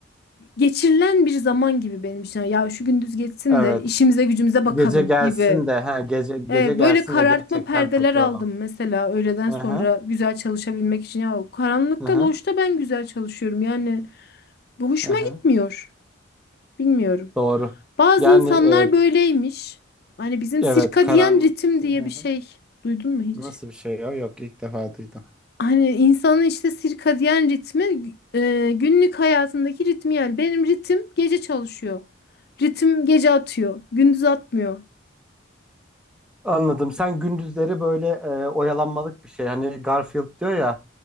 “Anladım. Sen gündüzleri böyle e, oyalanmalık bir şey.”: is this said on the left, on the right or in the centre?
Centre